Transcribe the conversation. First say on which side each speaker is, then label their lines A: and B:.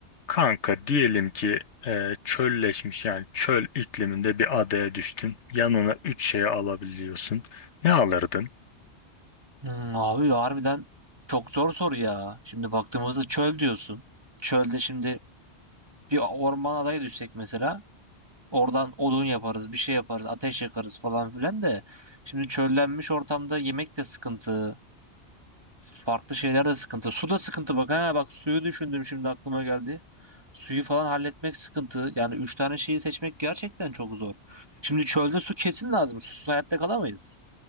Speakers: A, on the left (about 80°); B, on the right (about 20°).
A: Kanka diyelim ki e, çölleşmiş yani çöl ikliminde bir adaya düştün. Yanına üç şeyi alabiliyorsun. Ne alırdın?
B: Hmm, abi ya harbiden çok zor soru ya. Şimdi baktığımızda çöl diyorsun. Çölde şimdi bir orman adayı düşsek mesela oradan odun yaparız, bir şey yaparız, ateş yakarız falan filan de. Şimdi çöllenmiş ortamda yemek de sıkıntı, farklı şeyler de sıkıntı. Su da sıkıntı bak ha bak suyu düşündüm şimdi aklıma geldi. Suyu falan halletmek sıkıntı. Yani üç tane şeyi seçmek gerçekten çok zor. Şimdi çölde su kesin lazım. Susuz hayatta kalamayız.